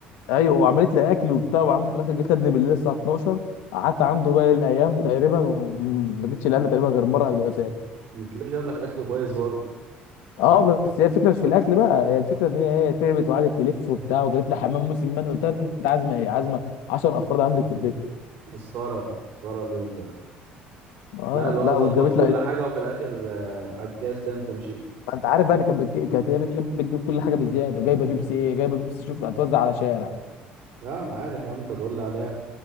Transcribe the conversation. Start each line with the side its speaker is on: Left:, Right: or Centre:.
Left: ايوه وعملت لي اكل وبتاع وعمه في الاخر جه خدني بالليل الساعه 12 قعدت عنده باقي الايام تقريبا وما جيتش لأنا تقريبا غير مره قبل ما اسافر
Right: انت ليه جاب لك اكل كويس برضه
Left: اه بس هي الفكره مش في الاكل بقى هي الفكره ان هي ايه تعبت وقعدت تلف وبتاع وجابت لي حمام موسم من قلت لها انت عازمه ايه عازمه 10 افراد عندك في البيت
Right: مسخرة مسخرة اليوم ده
Left: اه
Right: لا اللي هو
Left: لا
Right: ظبط
Left: وجابت
Right: كل
Left: لها
Right: حاجة وفي الاخر آه، على الجاز كده انت مشيت
Left: ما انت عارف بقى ان كان بتجي... كانت هي بتحب تجيب كل حاجه بزياده وجايبه بيبسي ايه جايبه بيبسي شوف هتوزع على شارع
Right: لا انا عارف يا عم انت تقول لي عليها